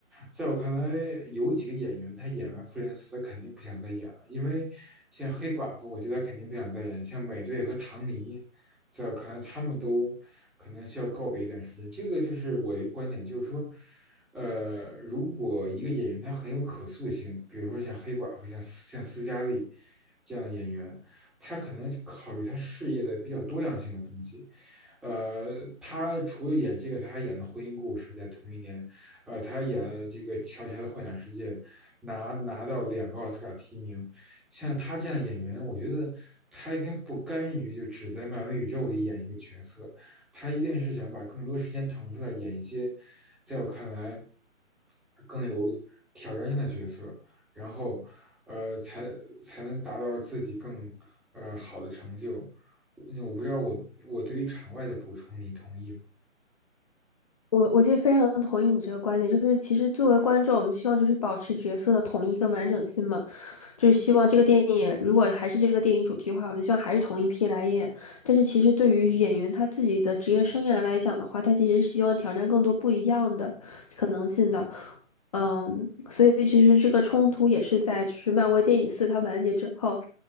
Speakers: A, in the centre; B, on the left.
A: 在我看来，有几个演员他演完《复联四》，他肯定不想再演了，因为像黑寡妇，我觉得他肯定不想再演。像美队和唐尼，在可能他们都可能需要告别一段时间。这个就是我的观点，就是说，呃，如果一个演员他很有可塑性，比如说像黑寡妇、像斯像斯嘉丽这样的演员。他可能考虑他事业的比较多样性的东西。呃，他除了演这个，他还演了《婚姻故事》在同一年，呃，他还演了这个《乔乔的幻想世界》拿，拿到两个奥斯卡提名。像他这样演员，我觉得他应该不甘于就只在漫威宇宙里演一个角色，他一定是想把更多时间腾出来演一些，在我看来更有挑战性的角色。然后呃才才能达到自己更呃好的成就。那我不知道我我对于场外的补充你同意吗？
B: 我我其实非常同意你这个观点，就是其实作为观众，我们希望就是保持角色的统一跟完整性嘛，就是希望这个电影如果还是这个电影主题的话，我们希望还是同一批来演。但是其实对于演员他自己的职业生涯来讲的话，他其实是希望挑战更多不一样的可能性的。嗯，所以其实这个冲突也是在就是漫威电影四它完结之后。